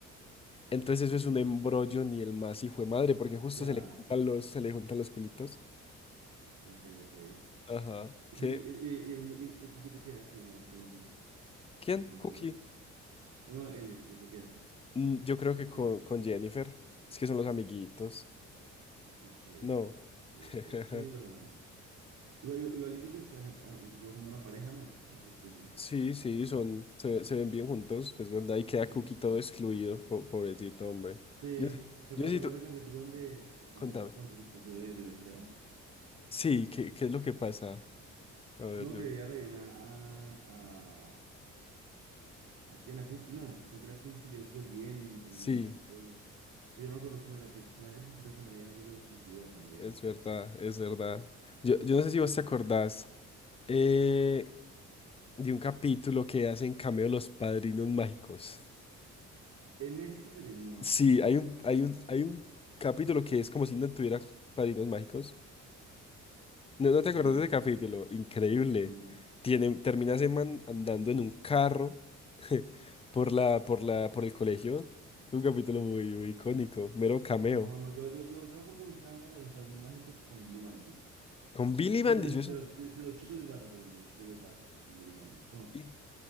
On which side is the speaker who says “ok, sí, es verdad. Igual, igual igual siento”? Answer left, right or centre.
Right